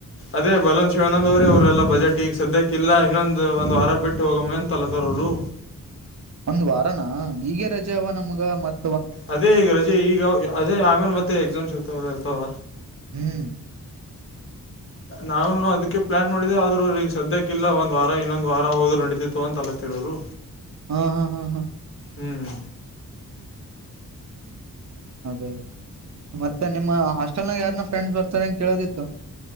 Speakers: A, on the left (about 40°); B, on the right (about 55°).
A: ಅದೇ ಬಲವನ್ ಶಿವಾನಂದ್ ಅವ್ರಿ ಅವ್ರಲ್ಲ ಬಜೆಟ್ ಈಗ ಸದ್ಯಕ್ಕೆ ಇಲ್ಲ ಇನ್ನೊಂದು ಒಂದು್ ವಾರ ಬಿಟ್ಟು ಹೋಗಮ್ಮ ಅಂತಲ್ಲತರರು
B: ಒಂದ್ ವಾರನಾ ಈೀಗ ರಜೆ ಅವ ನಮ್ಗ ಮತ್ತ
A: ಅದೇ ಈಗ ರಜೆ ಈಗ ಅದೇ ಆಮೇಲ್ ಮತ್ತೆ ಎಕ್ಸಾಮ್ ಸಿತ ಎಲ್ಲ ಇರ್ತಾವ
B: ಹ್ಮ್
A: ನಾವನು ಅದ್ಕ್ಕೆ ಪ್ಲಾನ್ ಮಾಡಿದೇವು ಆದ್ರ ಈಗ ಸದ್ಯಕ್ಕಿಲ್ಲಲ್ಲ ಒಂದ್ ವಾರ ಇನ್ನೊಂದ ವಾರ ಹೋ್ರು ನಡೀತಿತ್ತು ಅಂತ ಅಲತ್ತರು ಶರುೋ
B: ಹ್ಮ್ ಹ್ಮ್ ಹ್ಮ್ ಹ್ಮ್
A: ಹ್ಮ್
B: ಅದೇ ಮತ್ತೆ ನಿಮ್ಮ ಹಾಸ್ಟೆಲ್ ನಾಗ ಯಾರನ ಫ್ರೆಂಡ್ಸ್ ಬರ್ತಾರೆ ಅಂತ ಕೇಳೋದಿತ್ತು